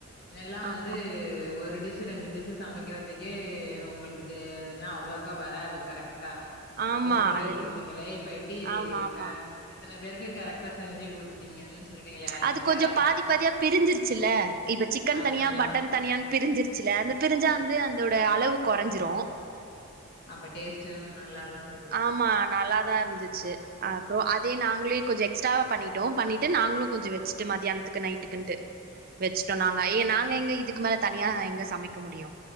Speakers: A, on the left; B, on the right.
A: இதெல்லா
B: ஆமா
A: வந்து ஒரு டிஷ் சு ரெண்டு டிஷ்சு சமைக்கறதுக்கே உங்களுக் தே அதென்னா அவ்ளோக்கா வராது கரெக்டா
B: ஆமா
A: அப்டின் சொல்லிட்ருப்பீங்களே
B: அது என்னமோ
A: இப்ப எப்டி
B: ஆமா ஆமா
A: க இத்தன பேருக்கு கரெக்டா செஞ்சி குடுத்துட்டீங்கன் சொல்றீங்களே எனக்கே
B: அது கொஞ்சோ
A: ஆச்
B: பாதி பாதியா பிரிஞ்சிருச்சில்ல இப்ப சிக்கன்
A: அதனால
B: தனியா பட்டன் தனியான் பிரிஞ்சிருச்சில்ல அது பிரிஞ்சா வந்து அந்தோட அளவு கொறஞ்சிரு
A: அப்ப டேஸ்ட்டு நல்லாதா இருந்துருக்
B: ஆமா நல்லாதா இருந்துச்சு அப்றோ அதே நாங்களே கொஞ்ச எக்ஸ்ட்ராவா பண்ணிட் டோ பண்ணிட்டு நாங்களு கொஞ்சோ வெச்சிட்டு மத்தியானத்துக்கு நைட்டுக்குன்ட்டு வெச்சிட்டோ நாங் அய்ய நாங்க எங்க இதுக் மேல தனியா எங்க சமைக்க முடியு